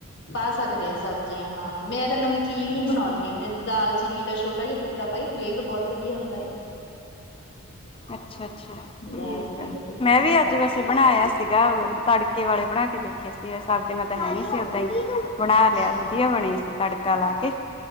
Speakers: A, on the left; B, on the left.
A: ਪਾ ਸਕਦੇ ਹਾਂ ਸਬਜ਼ੀਆਂ ਹਾਂ, ਮੈਂ ਤਾਂ ਨਮਕੀਨ ਹੀ
B: ਹੂੰ
A: ਬਣਾਉਂਦੀ ਹਾਂ ਦਾਲਚੀਨੀ ਦਾ ਛੋਟਾ ਜਿਹਾ ਟੁਕੜਾ ਪਾਈ। ਫਲੇਵਰ ਬਹੁਤ ਵਧੀਆ ਹੁੰਦਾ ਏ
B: ਅੱਛਾ- ਅੱਛਾ ਠੀਕ
A: ਦਾਲ ਚੀਨੀ
B: ਆ,
A: ਦਾ ਟੁਕੜਾ
B: ਮੈਂ
A: ਪਾ
B: ਵੀ ਅੱਜ
A: ਕੇ
B: ਵੈਸੇ। ਬਣਾਇਆ ਸਿਗਾ ਤੜਕੇ ਵਾਲੇ ਬਣਾ ਕੇ ਦੇਖੇ ਸੀ, ਸਬਜੀਆ ਤਾਂ ਹੈ ਨਹੀਂ ਸੀ ਓਦਾਂ ਹੀ। ਬਣਾ
A: ਅੱਛਾ
B: ਲਿਆ ਵਧੀਆ ਬਣੇ ਸੀ ਤੜਕਾ ਲਾ ਕੇ।